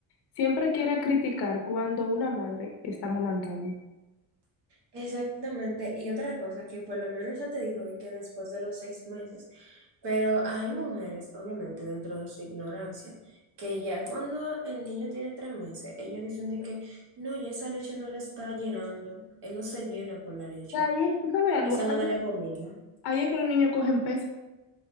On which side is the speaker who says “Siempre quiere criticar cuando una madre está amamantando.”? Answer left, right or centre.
Left